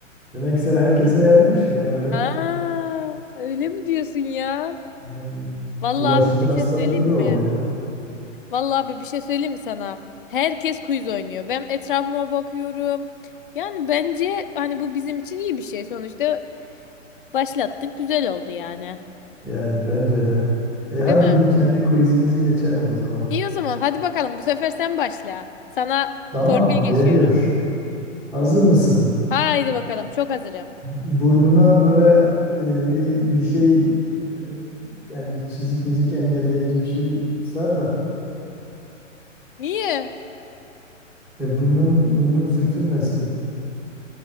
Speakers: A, in the centre; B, on the left.
A: Demek ki sen herkese yaymışsın ya öyle.
B: Aa, öyle mi diyorsun ya?
A: Yani
B: Vallahi
A: Bulaşıcı
B: abi bir
A: hastalık
B: şey söyleyeyim
A: gibi
B: mi?
A: oldu ya.
B: Vallahi abi bir şey söyleyeyim mi sana? Herkes quiz oynuyor. Ben etrafıma bakıyorum. Yani bence hani bu bizim için iyi bir şey. Sonuçta başlattık. Güzel oldu yani.
A: Yani bence de. E hadi
B: Değil mi?
A: bir kendi quizimizi geçelim o zaman.
B: İyi o zaman hadi bakalım bu sefer sen başla. Sana
A: Tamam
B: torpil geçiyorum.
A: geliyor. Hazır mısın?
B: Haydi bakalım çok hazırım.
A: Burnuna böyle e, bir bir şey e, yani çizik mizik engelleyici bir şey sar da
B: Niye?
A: e, burnun burnun sürtünmesin.